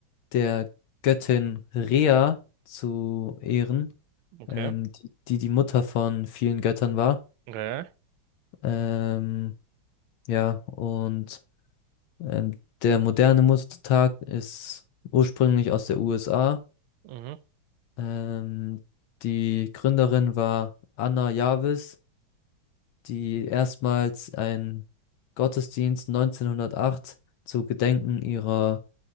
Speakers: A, on the left (about 80°); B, on the right (about 85°).
A: der Göttin Rhea zu ehren,
B: Okay.
A: ähm, die, die die Mutter von vielen Göttern war.
B: Okay.
A: Ähm, ja, und ähm, der moderne Muttertag ist ursprünglich aus der USA.
B: Mhm.
A: Ähm, die Gründerin war Anna Jarvis, die erstmals einen Gottesdienst 1908 zu Gedenken ihrer